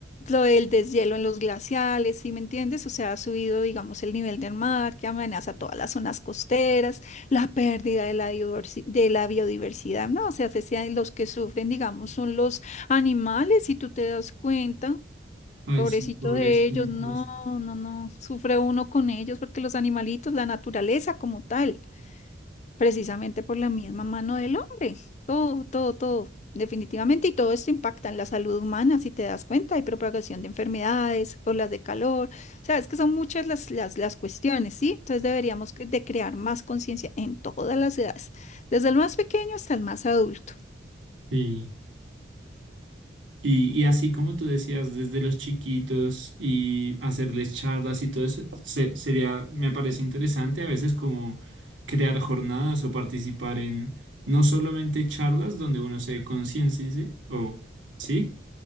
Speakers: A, on the left; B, on the right.
A: lo del deshielo en los glaciales, ¿sí me entiendes? O sea, ha subido, digamos, el nivel del mar que amenaza todas las zonas costeras, la pérdida de la diversi- de la biodiversidad, ¿no? O sea, se- se- los que sufren, digamos, son los animales, si tú te das cuenta.
B: Ay,
A: Pobrecito
B: sí, pobrecitos.
A: de ellos, no, no, no, sufre uno con ellos porque los animalitos, la naturaleza como tal precisamente por la misma mano del hombre. Todo, todo, todo, definitivamente. Y todo esto impacta en la salud humana, si te das cuenta. Hay propagación de enfermedades, olas de calor. O sea, es que son muchas las, las, las cuestiones, ¿sí? Entonces deberíamos que- de crear más conciencia en todas las edades, desde el más pequeño hasta el más adulto.
B: Sí. Y, y así como tú decías, desde los chiquitos y hacerles charlas y todo eso, se- sería, me parece interesante a veces como crear jornadas o participar en no solamente charlas donde uno se conciencia, ¿sí? O sí,